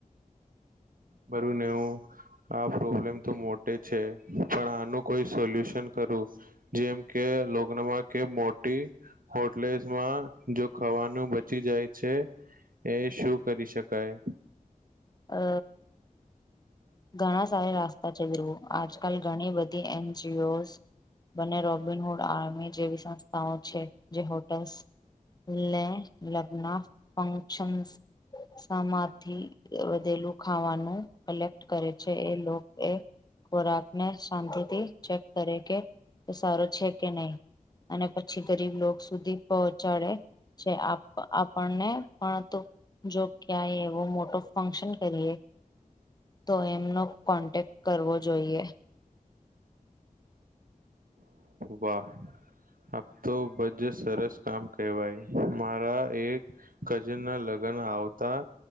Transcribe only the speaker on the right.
બરું નેવું આ પ્રોબ્લેમ તો મોટે છે. પણ આનું કોઈ સોલ્યુશન કરું, જેમ કે કે લોકનમાં કે મોટી હોટલેસમાં જો ખાવાનું બચી જાય છે. એ શું કરી શકાય?
વાહ આતો બથે સરસ કામ કહેવાય મારા એક કજના લગ્ન લગન આવતા